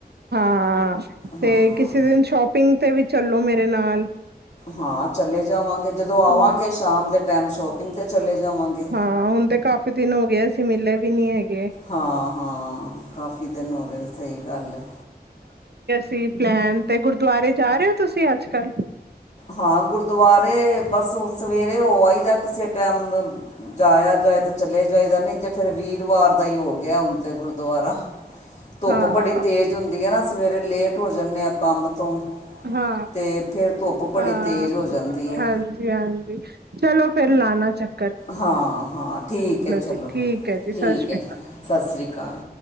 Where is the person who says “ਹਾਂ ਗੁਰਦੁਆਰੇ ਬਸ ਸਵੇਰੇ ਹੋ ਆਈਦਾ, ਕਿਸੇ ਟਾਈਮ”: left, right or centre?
Left